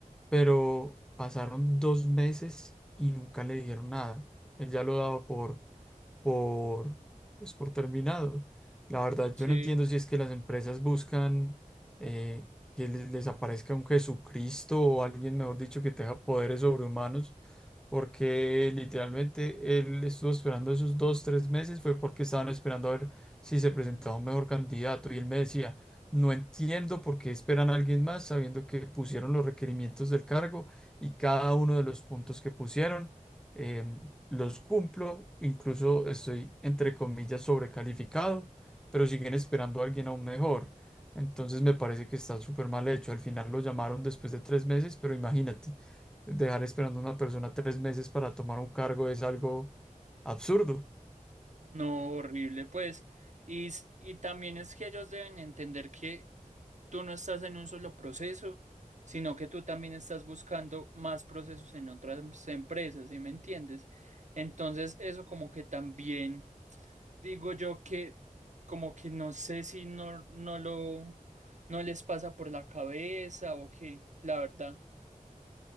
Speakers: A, in the centre; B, on the right.
A: pero pasaron dos meses y nunca le dijeron nada. Él ya lo daba por por, pues, por terminado. La verdad,
B: Sí.
A: yo no entiendo si es que las empresas buscan eh, que les, les aparezca un Jesucristo o alguien, mejor dicho, que tenga poderes sobrehumanos porque literalmente él estuvo esperando esos dos, tres meses, fue porque estaban esperando a ver si se presentaba un mejor candidato. Y él me decía, no entiendo por qué esperan a alguien más, sabiendo que pusieron los requerimientos del cargo y cada uno de los puntos que pusieron, em, los cumplo, incluso estoy, entre comillas, sobrecalificado, pero siguen esperando a alguien aún mejor. Entonces me parece que está súper mal hecho. Al final lo llamaron después de tres meses, pero imagínate. Dejar esperando a una persona tres meses para tomar un cargo es algo absurdo.
B: No, horrible, pues. Y, s- y también es que ellos deben entender que tú no estás en un solo proceso, sino que tú también estás buscando más procesos en otras em- empresas, ¿sí me entiendes? Entonces, eso como que también digo yo que como que no sé si no, no lo, no les pasa por la cabeza o qué, la verdad.